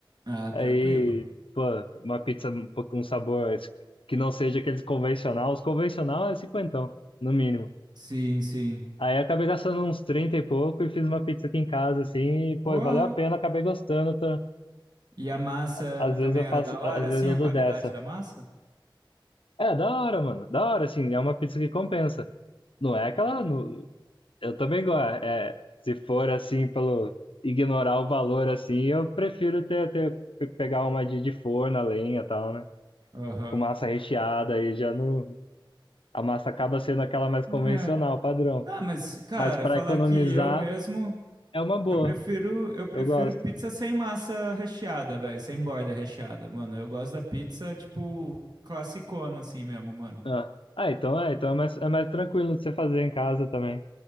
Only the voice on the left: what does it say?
Aí, pô, uma pizza um pouco- com um sabor que não seja aqueles convencional. Os convencional é 50, no mínimo.
Aí acabei gastando uns 30 e pouco e fiz uma pizza aqui em casa, assim, e, pô,
valeu a pena, acabei gostando.
Às vezes
eu
faço,
às vezes
eu
dou
dessa.
É, da hora, mano. Da hora, assim, é uma pizza que compensa. Não é aquela.
no- eu também gosto. É, é, se for assim, pelo ignorar o valor, assim, eu prefiro ter, ter pe- pegar uma de, de forno, a lenha e tal, né?
Com massa recheada, aí já não. A massa acaba sendo aquela mais convencional,
padrão.
Mas para
economizar,
é uma boa.
Eu gosto.
Ah, Ah, então é, então é mais, é mais tranquilo de você fazer em casa também.